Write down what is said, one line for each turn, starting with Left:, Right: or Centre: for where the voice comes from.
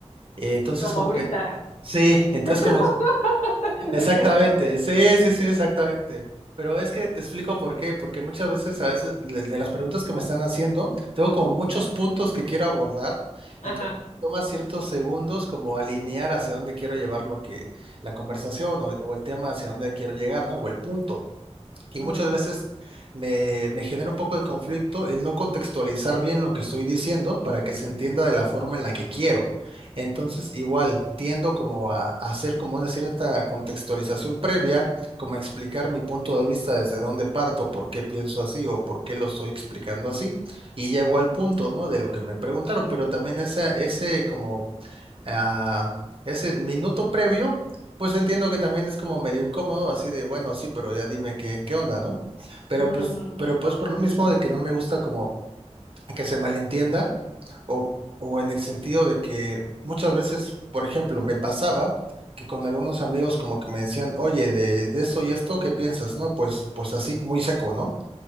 Right: Eh, entonces
Left: Como
Right: como
Left: ahorita.
Right: que, sí,
Left: <laughs>
Right: entonces
Left: ¿Es cierto?
Right: como
Left: <laughs> ¿No
Right: Exactamente,
Left: ¿Es cierto?
Right: sí, sí, sí, exactamente. Pero es que te explico por qué, porque muchas veces, a veces, le- de las preguntas que me están haciendo, tengo como muchos puntos que quiero abordar, entonces
Left: Ajá.
Right: toma ciertos segundos como alinear hacia dónde quiero llevar lo que, la conversación o, o el tema hacia dónde quiero llegar, ¿no? O el punto. Y
Left: Ujú,
Right: muchas veces me, me genera un poco de conflicto el no contextualizar bien lo que estoy diciendo para que se entienda de la forma en la que quiero. Entonces, igual, tiendo como a, a hacer como una cierta contextualización previa, como a explicar mi punto de vista desde dónde parto, por qué pienso así o por qué lo estoy explicando así. Y llego al punto, ¿no? De lo que me preguntaron, pero también ese, ese como a ese minuto previo, pues entiendo que también es como medio incómodo, así de, bueno, sí, pero ya dime qué, qué onda, ¿no? Pero
Left: ujú,
Right: pues,
Left: ujú,
Right: pero pues por lo mismo de que no me gusta como que se malentienda o, o en el sentido de que muchas veces, por ejemplo, me pasaba que con algunos amigos como que me decían, oye, de, de esto y esto, ¿qué piensas? No, pues, pues así, muy seco, ¿no?